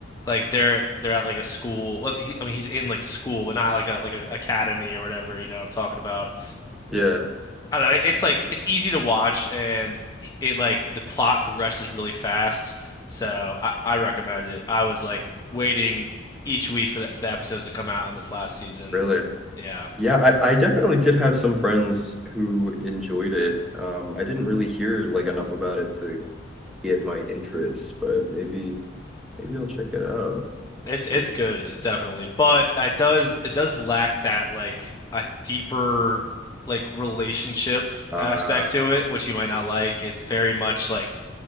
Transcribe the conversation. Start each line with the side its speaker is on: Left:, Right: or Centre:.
Left: like they're they're at like a school. well, he- I mean, he's in like school, but not like a like a academy or whatever, you know what I'm talking about.
Centre: <laughs> yeah,
Left: I don't know. it- It's like it's easy to watch, and it like the plot progresses really fast. So I, I recommend it. I was like waiting each week for the, the episodes to come out on this last season.
Centre: really.
Left: Yeah,
Centre: Yeah, I, I definitely did have some friends who enjoyed it. Um, I didn't really hear like enough about it to get my interest, but maybe maybe I'll check it out.
Left: it's
Centre: Let's see.
Left: it's good, definitely, but it does it does lack that like a deeper like relationship
Centre: Uh
Left: aspect to it, which you might not like. It's very much like